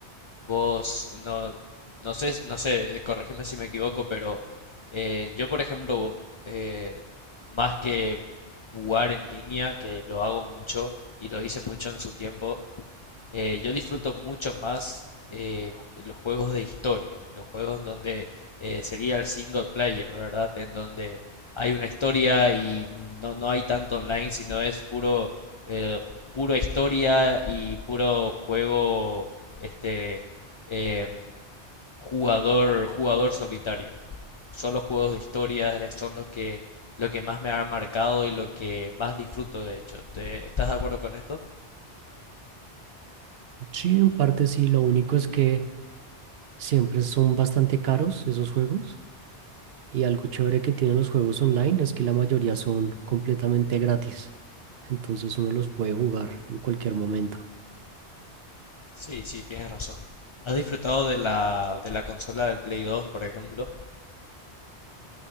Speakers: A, on the left; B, on the right.
A: vos no, no sé, no sé, corregime si me equivoco, pero eh, yo, por ejemplo, eh, más que jugar en línea, que lo hago mucho y lo hice mucho en su tiempo, eh, yo disfruto mucho más eh, ju- los juegos de historia, los juegos en donde eh, sería el single player, ¿verdad? En donde hay una historia y no, no hay tanto online, sino es puro, eh, pura historia y puro juego, este, em, jugador, jugador solitario. Solo juegos de historia eh, son los que, lo que más me ha marcado y lo que más disfruto, de hecho. ¿Te- estás de acuerdo con esto?
B: Sí, en parte sí, lo único es que... siempre son bastante caros esos juegos y algo chévere que tienen los juegos online es que la mayoría son completamente gratis, entonces uno los puede jugar en cualquier momento.
A: Sí, sí, tienes razón. ¿Has disfrutado de la, de la consola del Play 2, por ejemplo?